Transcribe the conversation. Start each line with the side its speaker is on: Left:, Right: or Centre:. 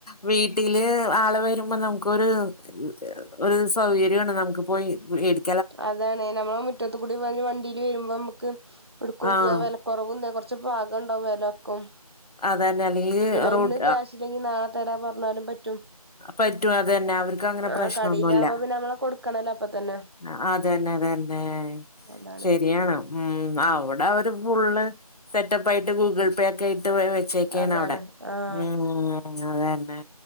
Left: വീ ല് ആള് വരുമ്പോ നമുക്കൊരു <unintelligible> ഒരു സൗകര്യാണ് നമുക്ക് പോയി വ് എട്
Right: അതാണെയ് നമ്മളെ മുറ്റത്ത് കൂടെ <unintelligible> വണ്ടി ല് വരുമ്പോ അമ്മക്ക് ഉടുക്കും
Left: ആഹ്
Right: ചിയ്യ വെലക്കൊറവുണ്ട് കുർച്ച് പാകം ണ്ടാവും വെല ക്കും
Left: അതന്നെ അല്ലെങ്കി
Right: പിന്നെ
Left: റോഡ്
Right: ഇന്ന് ക്യാഷില്ലെങ്കി നാളെ തരാ പർഞ്ഞാലും പറ്റ് റ്റും
Left: പറ്റും അതന്നെ അവർക്ക് അങ്ങനെ
Right: ആ
Left: പ്രശ്നൊന്നുല്ല
Right: കടയിലാകുമ്പോ പിന്നെ ഞമ്മളളെ കൊടുക്കണല്ലോ അപ്പൊ തന്നെ
Left: അ അതെന്നെ അതെന്നെ
Right: അതാണ്
Left: ശരിയാണ് ഉം അവ് അവരെ ഫുള്ളേ സെറ്റപ്പ് ആയിട്ട് ഗൂഗിൾ പേ ഒക്കെ ആയിട്ട് വെ വെ ചെക്കേന്നോട്
Right: അതാണ് ആഹ്
Left: <unintelligible> അതെന്നെ